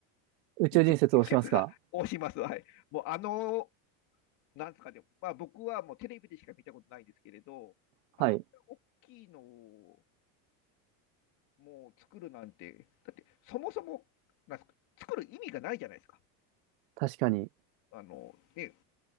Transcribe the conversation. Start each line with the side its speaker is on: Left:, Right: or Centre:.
Right: 宇宙人説をしますか
Left: 宇宙人説が押します。はい。もうあの、なんですかね、まあ僕はもうテレビでしか見たことないんですけれど、
Right: はい。
Left: あんな大きいのをもう作るなんて、だってそもそも、なんすか、作る意味がないじゃないですか。
Right: 確かに。
Left: あの、ね、